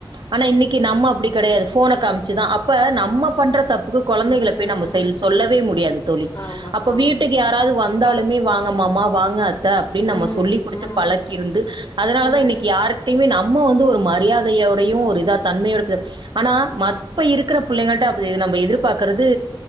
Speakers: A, on the right; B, on the left.
A: ஆனா இன்னைக்கு நம்ம அப்படி கெடையாது ஃபோன காமிச்சுதா அப்ப நம்மப் பண்ற தப்புக்கு கொழந்தைகள
B: ம்
A: போய் நம்ம செயல்
B: ம்
A: சொ சொல்லவே முடியாது தோழி
B: ஆமா
A: அப்ப
B: ஆமா
A: வீட்டுக்கு யாராவது வந்தாலுமே வாங்க மாமா வாங்க அத் த அப்டின் நம்ம
B: ம்
A: சொல்லி குடுத்து
B: ம்
A: பழக்கி இருந்து அதனால
B: ம்
A: தா இன்னைக்கு யாருகிட்டையுமே நம்ம வந்து ஒரு மரியாதையோடையு ஒரு இதா தன்மையோட ஆனா மப்ப இருக்கிற பிள்ளைங்கள்ட நம்ம எதிர்பாக்கறது